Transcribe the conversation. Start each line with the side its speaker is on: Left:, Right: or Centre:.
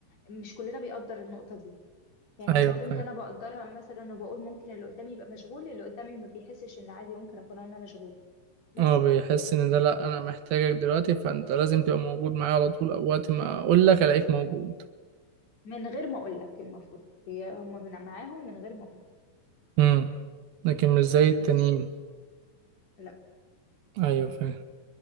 Left: مش كلنا بيقدر النقطة دي يعني
Right: ايوه
Left: اذا كنت
Right: فاهم
Left: انا بقدرها مثلا وبقول ممكن اللي قدامي يبقى مشغول اللي قدامي ما بيحسش ان عادي ممكن اكون انا مشغولة بس
Right: هو بيحس ان ده لا انا محتاجك دلوقتي فانت لازم تبقى موجود معايا على طول او وقت ما اقول لك الاقيك موجود
Left: من غير ما اقول لك المفروض هي هما بن- معاهم من غير ما اقول لك
Right: امم لكن مش زي التانيين
Left: بس لا
Right: ايوه فاهم